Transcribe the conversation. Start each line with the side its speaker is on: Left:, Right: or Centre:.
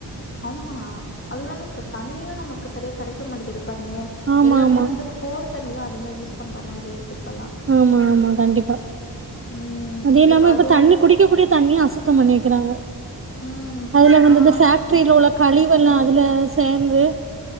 Left: அம்மா அதுவு இல்லாம இப்பத் தண்ணியு நமக்கு செரியா கெடைக்க மாட்டிகிது பாருங்ளே
Right: ஆமா
Left: எல்லாமே
Right: ஆமா
Left: வந்துப் போர் தண்ணிதா அதிகமா யூஸ் பண்ற மாரி இருக்கு இப்பெல்லா
Right: ஆமா ஆமா கண்டிப்பா
Left: ம்
Right: அது இல்லாம
Left: இப்ப
Right: இப்பத்
Left: அதுவும்
Right: தண்ணி குடிக்கக்கூடியத் தண்ணிய அசுத்தம் பண்ணி வெக்கிறாங்க
Left: ம்.
Right: அதுல வந்து
Left: ஆ.
Right: இந்த ஃபேக் ட்ரில உள்ளக் கழிவெல்லா அதுலச் சேர்ந்து